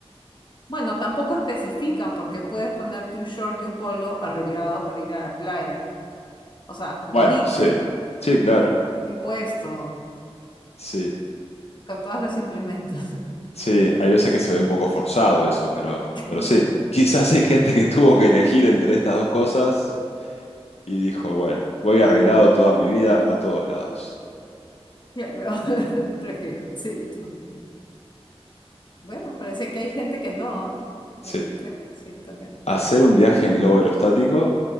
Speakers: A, on the left; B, on the left.
A: Bueno, tampoco especifican porque puedes ponerte un short y un polo arreglado para ir a la playa. O sea, bonito,
B: Bueno, sí,
A: ¿no?
B: sí, claro,
A: Mm, Bien puesto,
B: sí,
A: con todos los implementos.
B: sí, hay veces que se ve un poco forzado eso, pero,
A: <laughs>
B: pero sí, quizás hay gente que tuvo que elegir entre estas dos cosas y dijo, bueno, voy arreglado toda mi vida a todos lados.
A: Claro, <laughs> prefiero, sí, yo también. Bueno, parece que hay gente que no, ¿ah?
B: Sí,
A: 23% que no.
B: hacer un viaje en globo aerostático